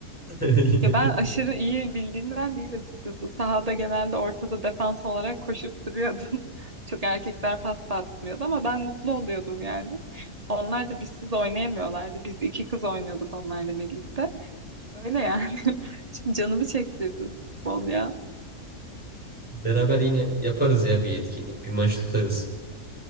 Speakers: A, in the centre; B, on the right (about 30°).
A: <laughs>
B: Ya ben aşırı iyi bildiğimden değil açıkçası. Sahada genelde ortada defans olarak koşup duruyordum. <laughs> Çok erkekler pas da atmıyordu ama ben mutlu oluyordum yani. Onlar da bizsiz oynayamıyorlardı. Biz iki kız oynuyorduk onlarla birlikte. Öyle yani. <laughs> Şimdi canımı çektirdi futbol ya.
A: Beraber yine yaparız ya bir etkinlik. Bir maç tutarız.